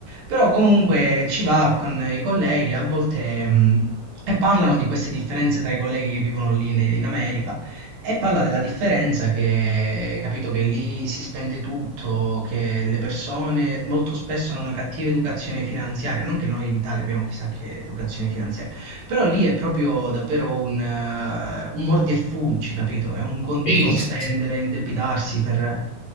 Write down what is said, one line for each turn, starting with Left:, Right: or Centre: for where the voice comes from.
Right: Però comunque ci va con i colleghi a volte mh, e parlano di queste differenze tra i colleghi che vivono lì in, in America e parla della differenza che, capito, che lì si spende tutto, che le persone molto spesso hanno una cattiva educazione finanziaria, non che noi in Italia abbiamo chissà che educazione finanziaria. Però lì è proprio davvero un, eh, un mordi e fuggi, capito? È un continuo
Left: Sì,
Right: spendere,
Left: sì, sì.
Right: indebitarsi per...